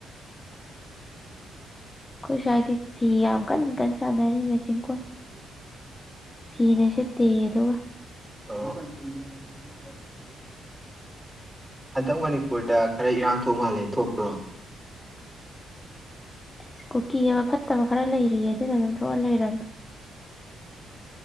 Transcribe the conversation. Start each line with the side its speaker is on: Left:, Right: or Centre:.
Left: ꯑꯩꯈꯣꯏ ꯁ꯭ ꯍꯥꯏꯏꯗꯤ ꯐꯤ ꯌꯥꯝ ꯀꯟ ꯀꯟꯅ ꯁꯥꯟꯅꯔꯤ ꯃꯦꯆꯤꯡ ꯀꯣ
Centre: <unintelligible>
Left: ꯐꯤꯅꯁꯨꯠꯇꯦ ꯑꯗꯨꯒ
Centre: <inaudible> ꯍꯟꯗꯛ ꯃꯅꯤꯄꯨꯔꯗ ꯈꯔ ꯏꯔꯥꯡ ꯊꯣꯛ ꯃꯥꯜꯂꯦ ꯊꯣꯛꯄ꯭ꯔꯣ
Left: ꯑꯁ ꯀꯨꯀꯤ ꯑꯃ ꯐꯠꯇꯕ ꯈꯔ ꯂꯩꯔꯤꯌꯦ ꯑꯗꯨꯅ ꯑꯗꯨꯝ ꯊꯣꯛꯑ ꯂꯩꯔꯕꯗꯣ